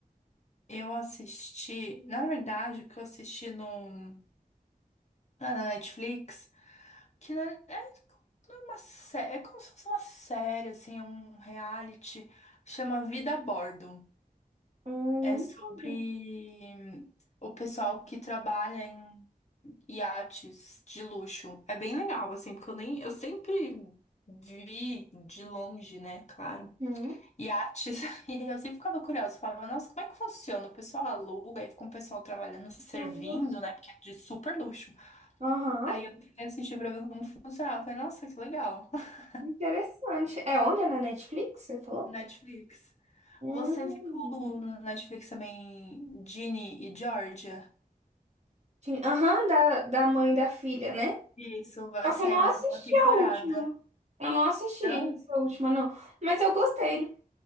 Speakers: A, on the left; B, on the right.
A: Eu assisti, na verdade, o que eu assisti no, lá na Netflix, que não é, é, não é uma série, é como se fosse uma série, assim, é um reality, chama Vida a Bordo.
B: Hum,
A: É
B: nunca
A: sobre
B: vi.
A: o pessoal que trabalha em iates de luxo. É bem legal, assim, porque eu nem, eu sempre vi de longe, né? Claro.
B: Hum,
A: Iates. <laughs> E aí eu sempre ficava curiosa, falava, nossa, como é que funciona? O pessoal aluga e fica um pessoal trabalhando, servindo,
B: justo.
A: né? Porque é de super luxo.
B: Aham.
A: Aí eu fui assistir pra ver como funcionava. Eu Falei, nossa, que legal. <laughs>
B: Interessante. É onde? É na Netflix, você falou?
A: Netflix.
B: Hum.
A: Você viu no Netflix também Ginny e Georgia?
B: Ti- Aham, da, da mãe da filha, né?
A: Isso, vai
B: Só
A: sair
B: que eu não
A: uma
B: assisti
A: nova temporada.
B: a última. Eu não assisti
A: Não?
B: essa última, não. Mas eu gostei.